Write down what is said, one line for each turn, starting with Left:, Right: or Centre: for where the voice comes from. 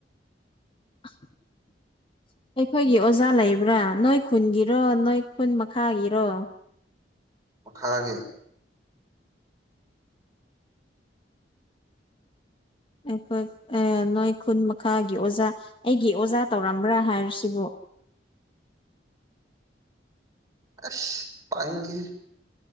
Left: <unintelligible> ꯑꯩꯈꯣꯏꯒꯤ ꯑꯣꯖꯥ ꯂꯩꯕ꯭ꯔꯥ ꯅꯣꯏ ꯈꯨꯟꯒꯤꯔꯣ ꯅꯣꯏ ꯈꯨꯟ ꯃꯈꯥꯒꯤꯔꯣ
Right: ꯃꯈꯥꯒꯤ
Left: ꯑꯩꯈꯣꯏ ꯑꯦ ꯅꯣꯏ ꯈꯨꯟ ꯃꯈꯥꯒꯤ ꯑꯣꯖꯥ ꯑꯩꯒꯤ ꯑꯣꯖꯥ ꯇꯧꯔꯝꯕ꯭ꯔꯥ ꯍꯥꯏꯔꯤꯁꯤꯕꯨ
Right: ꯑꯁ ꯄꯪꯉꯤꯍꯦ